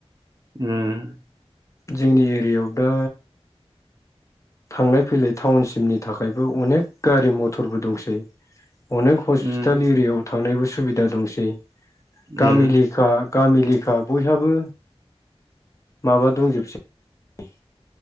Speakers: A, on the right; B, on the left.
A: उम
B: जोंनि एरियायाव दा थांलाय फैलाय टाउनसिमनि थाखायबो अनेक गारि मथरबो दंसै। अनेक हस्पिटाल
A: उम उम
B: एरियायाव थांनायबो सुबिदा दंसै
A: उम
B: गामि लेखा गामि लेखा बयहाबो माबा दंजोबसै